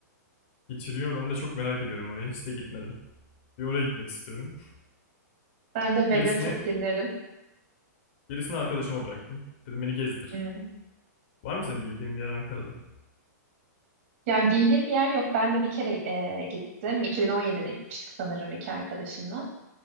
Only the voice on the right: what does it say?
Ben de Vega
çok dinlerim.
Hmm.
Yani bildiğim bir yer yok. Ben de bir kere e, gittim. 2017'de gitmiştik sanırım iki arkadaşımla.